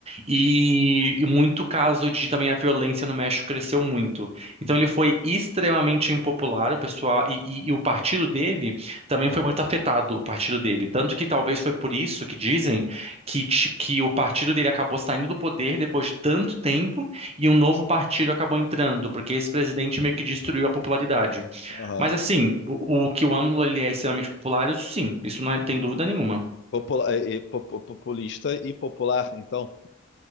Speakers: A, on the right; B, on the left.
A: e, e muito caso de também a violência no México cresceu muito. Então ele foi extremamente impopular, o pessoal, e e- e o partido dele também foi muito afetado o partido dele. Tanto que talvez foi por isso que dizem que, ti- que o partido dele acabou saindo do poder depois de tanto tempo e um novo partido acabou entrando, porque esse presidente meio que destruiu a popularidade.
B: Aham.
A: Mas assim, o, o que o AMLO ele é extremamente popular, isso sim, isso não é- tem dúvida nenhuma.
B: Popula- e po- populista e popular, então.